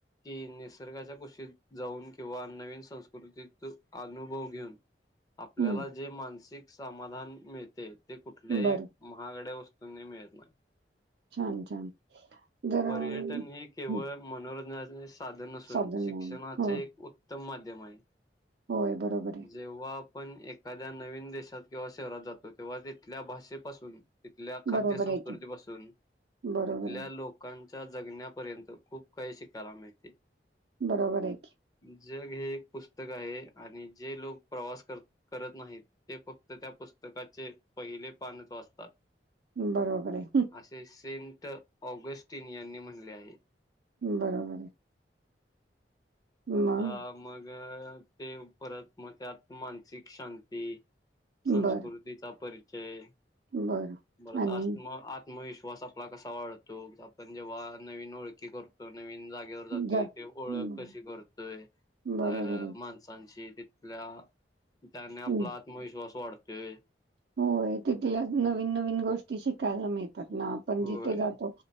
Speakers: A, on the left; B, on the right.
A: कि निसर्गाच्या कुशीत जाऊन किंवा नवीन संस्कृतीत अनुभव घेऊन, आपल्याला
B: हं,
A: 'जे मानसिक समाधान मिळते' ते कुठल्याही
B: बर
A: महागड्या वस्तूंनी मिळत नाही.
B: छान -छान, जर
A: पर्यटन
B: अं,
A: हे केवळ
B: हं,
A: मनोरंजनाचे साधन नसून,
B: साधन
A: 'शिक्षणाचे
B: नाही हो
A: एक उत्तम माध्यम आहे'.
B: होय बरोबर आहे
A: जेव्हां आपण एखाद्या नवीन देशात किंवा शहरात जातो, तेव्हा तिथल्या भाषेपासून 'तिथंल्या खाद्य
B: बरोबर
A: संस्कृती
B: आहे की
A: पासून,
B: बरोबर
A: तिथल्या
B: आहे
A: लोक' लोकांच्या जगण्यापर्यंत खूप काही शिकायला मिळते.
B: बरोबर आहे की.
A: जग हे एक पुस्तक आहे, आणि जे लोक प्रवास करत करत नाही, ते फक्त त्या पुस्तकाचे पहिले पानचं वाचतात.
B: बरोबर आहे
A: असे सेंट ऑगस्टिन यांनी म्हणले आहे.
B: बरोबर ये. मग
A: आता मग ते परत मग त्यात मानसिक शांती संस्कृतीचा
B: बरं
A: परिचय,
B: बरं
A: बरत
B: आणि
A: अस म आ आत्मविश्वास आपला कसा वाढतो, आपण जेव्हा नवीन ओळखी करतो नवीन जागी जागेवर जातोय
B: जा
A: ते ओळख
B: हम्म,
A: कशी करतोय, अ
B: बरोबर आहे
A: माणसांशी तिथंल्या त्याने आपला
B: हम्म,
A: आत्मविश्वास वाढतोय.
B: होय तिथंल्या नवीन -नवीन गोष्टी शिकायला मिळतात ना, आपण
A: होय
B: जिथे जातो